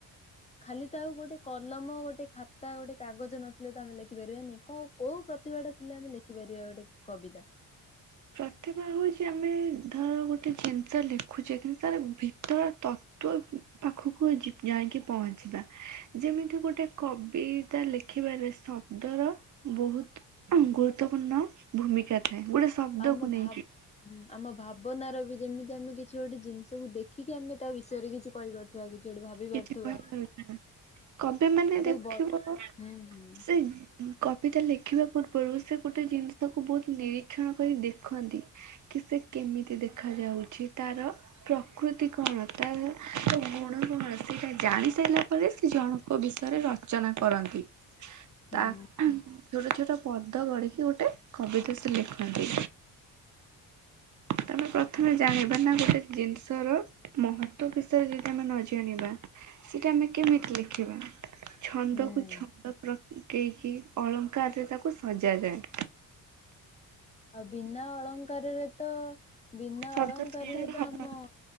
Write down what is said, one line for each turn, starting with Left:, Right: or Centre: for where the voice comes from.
Left: ଖାଲି ତ ଆଉ ଗୋଟେ କଲମ ଗୋଟେ ଖାତା ଗୋଟେ କାଗଜ ନଥିଲେ ତ ଆମେ ଲେଖିପାରିବାନି। କ କୋଉ ପ୍ରତିଭାଟା ଥିଲେ ଆମେ ଲେଖିପାରିବା ଗୋଟେ କବିତା?
Right: ପ୍ରତିଭା ହଉଛି ଆମେ ଧର ଗୋଟେ ଜିନିଷ ଲେଖୁଛେ କିନ୍ତୁ ତାର ଭିତର ତ ତୁ ପାଖକୁ ଯି ଯାଇକି ପହଞ୍ଚିବା ଯେମିତି ଗୋଟେ କବି ବିତା ଲେଖିବାର ଶବ୍ଦର ବହୁତ ଉ ଗୁରୁତ୍ୱପୂର୍ଣ୍ଣ ଭୂମିକା ଥାଏ ଗୋଟେ ଶବ୍ଦକୁ
Left: ଆମ
Right: ନେଇକି
Left: ଭାବ ହୁଁ ଆମ ଭାବନାର ବି ଯେମିତି ଆମେ କିଛି ଗୋଟେ ଜିନିଷକୁ ଦେଖିକି ଆମେ ତା ବିଷୟରେ କିଛି କହିପାର ଥିବା କିଛି ଗୋଟେ ଭାବି ପାରୁଥିବା
Right: କିଛି କହିପାରୁଥିବ କବି ମାନେ
Left: ଆଉ
Right: ଦେଖିବ
Left: ତାକୁ ବ ହୁଁ ହୁଁ
Right: ସେଇ ଉଁ କବିତା ଲେଖିବା ପୂର୍ବରୁ ସେ ଗୋଟେ ଜିନିଷକୁ ବହୁତ ନିରୀକ୍ଷଣ କରି ଦେଖନ୍ତି। କି ସେ କେମିତି ଦେଖ ଯାଉଚି ତାର ପ୍ରକୃତି କଣ ତାର ଗୁଣ କଣ ସେଇଟା ଜାଣି ସାରିଲା ପରେ ସେ ଜଣଙ୍କ ବିଷୟରେ ରଚନା କରନ୍ତି।
Left: ହୁଁ
Right: ତା ଛୋଟ ଛୋଟ ପଦ ଗଢିକି ଗୋଟେ କବିିତା ସେ ତ ଲେଖନ୍ତି ତମେ ପ୍ରଥମେ ଜାଣିବା ନା ଗୋଟେ ଜିନିଷ ର ମହତ୍ଵ ବିଷୟରେ ଯଦି ଆମେ ନ ଜାଣିବା ସେଇଟା ଆମେ କେମିତି ଲେଖିବା ଛନ୍ଦକୁ
Left: ହୁଁ।
Right: ଛନ୍ଦ ପ୍ର ପକେଈକି ଅଳଙ୍କାରରେ ତାକୁ ସଯା ଯାଏ।
Left: ଆଉ ବିନା ଅଳଙ୍କାରରେ ତ ବିନା
Right: ଶବ୍ଦ
Left: ଅଳଙ୍କାରରେ
Right: ସୁନ୍ଦର
Left: ତ
Right: ହବନି
Left: ଆମ